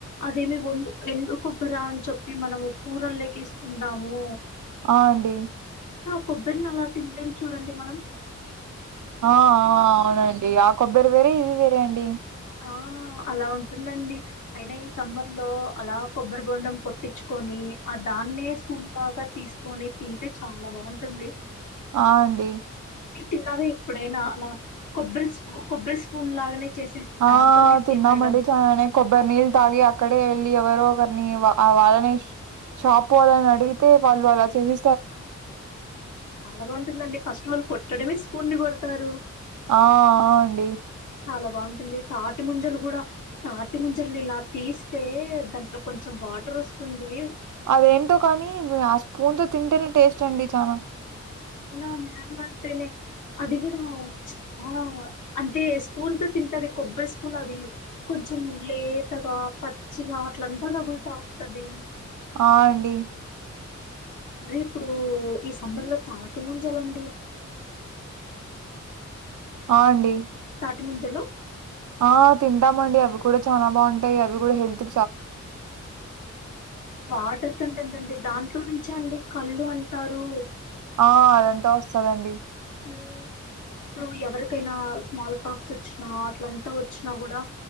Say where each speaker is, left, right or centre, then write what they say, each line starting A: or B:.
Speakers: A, on the left; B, on the right.
A: అదేమి వందు ఎండు రా అని చెప్పి మనము కూరలేకేసుకుంటాము
B: ఆ అండి
A: కొబ్బరిని అలా తినలేం చూడండి మనం
B: ఆ ఆ అవునండి ఆ కొబ్బరి వేరే ఇది వేరే అండి
A: ఆ అలా ఉంటుందండి అయినా ఈ సమ్మర్ లో అలా కొబ్బరి బొండం కొట్టిచుకొని ఆ దా అన్నే స్కూల్ లాగా తీసుకొని తింటే చాలా బాగుంటుంది
B: ఆ అండి
A: మీరు తిన్నరా ఎప్పుడైనా కొబ్బరి స్పూ కొబ్బరి స్పూన్ లాగానే చేసేసి
B: ఆ
A: దాంతోనే
B: తిన్నామండి
A: తినడం
B: చానే కొబ్బరినీల్ తాగి అక్కడే వెళ్ళి ఎవరో ఒకరిని వాళ్ళ <unintelligible> షాప్ వాల్లని అడిగితే వాళ్ళు అలా చేసి
A: ఆ చాలా బాగుంటుందండి ఫస్ట్ వాళ్ళు కొట్టడమే స్కూల్ ని కొడతారు
B: ఆ ఆ అండి
A: చాలా బాగుంటుంది తాటి ముంజలు కూడా తాటి ముంజలు ఇలా తీస్తే దాంట్లో కొంచెం వాటర్ వస్తుంది
B: అదేంటో కానీ ఆ స్పూన్ తో తింటేనే టేస్ట్ అండి చానా
A: చాలా నిజం గా అంటేనే అది కూడా చ్ ఆ అంతే స్కూ తింటది కొబ్బరి స్పూన్ అది కొంచెం లేతగా పచ్చిగా అట్లంతా తగులుత ంతదిని <unintelligible>
B: ఆ అండి
A: మరి ఇప్పుడు ఈ సమ్మర్ లో తాటి ముంజ లండి
B: ఆ అండి
A: ఏ ముంజలు
B: ఆ తింటామండి అవి కూడా చానా బాగుంటాయి అవి కూడా హెల్త్
A: వాటర్ కంటెంట్ అండి దాంట్లో నుంచే అండి కళ్ళు అంటారు
B: ఆ అదంతా వస్తదండి
A: ఉం ఇప్పుడు ఎవరికైనా స్మాల్ పార్క్స్ వచ్చినా అట్లంతా వచ్చినా కూడా